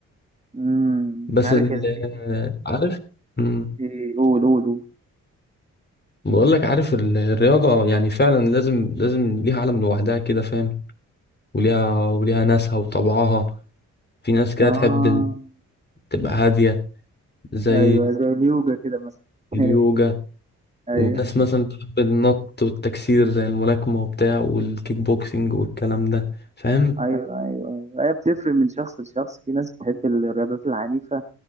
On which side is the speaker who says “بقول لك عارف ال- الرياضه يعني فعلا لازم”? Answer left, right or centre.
Left